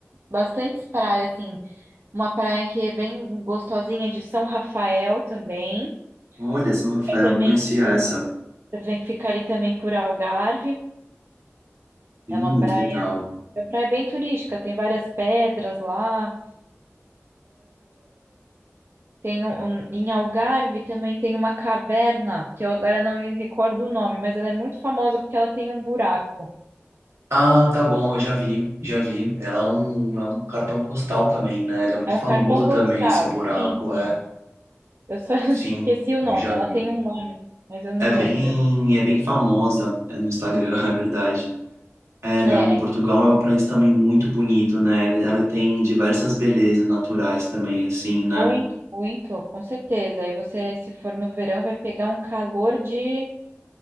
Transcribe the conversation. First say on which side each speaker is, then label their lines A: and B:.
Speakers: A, on the right; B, on the right.
A: bastantes praias assim. Uma praia que é bem gostosinha de São Rafael também.
B: Olha, São Rafael,
A: Fica também
B: não conhecia essa.
A: vem ficar ali também por Algarve.
B: Hum,
A: É uma praia,
B: legal.
A: é uma praia bem turística. Tem várias pedras lá. Tem um, um- em Algarve também tem uma caverna que eu agora não me recordo o nome, mas ela é muito famosa porque ela tem um buraco.
B: Ah, tá bom, eu já vi, já vi. Ela é um, é um cartão postal também, né? Ele é muito
A: É um
B: famoso
A: cartão postal.
B: também, esse buraco,
A: Sim, sim.
B: é.
A: Eu só <laughs>
B: Sim,
A: esqueci o nome.
B: eu já
A: Ela
B: vi.
A: tem um nome, mas eu não
B: É bem,
A: lembro.
B: é bem famosa, é no Instagram, <laughs> é verdade. É, não,
A: É,
B: Portugal é um país também muito bonito, né? Ele- Ela tem diversas belezas naturais também, assim, né?
A: muito, muito, com certeza. Aí você, se for no verão, vai pegar um calor de,